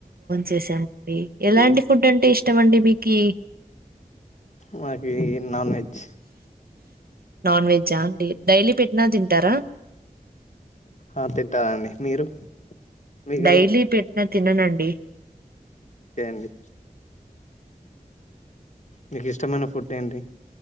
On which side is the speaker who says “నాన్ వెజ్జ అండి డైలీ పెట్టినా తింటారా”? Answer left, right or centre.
Right